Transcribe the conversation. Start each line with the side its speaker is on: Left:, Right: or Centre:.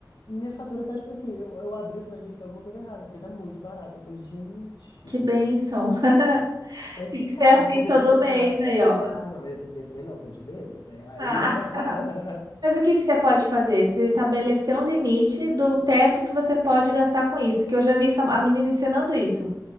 Left: minha fatura tá tipo assim, eu, eu abri e falei, gente, tá alguma coisa errada, porque tá muito barato. Eu falei, gente,
Right: que bênção. <laughs>
Left: tá explicado
Right: Tem que ser assim
Left: por
Right: todo
Left: que que eu sou
Right: mês
Left: caro.
Right: aí,
Left: É,
Right: ó.
Left: ah, não, mas é todo mês também não, sou de Deus, né? Aí.
Right: Ah.
Left: <laughs>
Right: <laughs> Mas o que que você pode fazer? Você estabelecer um limite do teto que você pode gastar com isso, que eu já vi essa- a menina ensinando isso.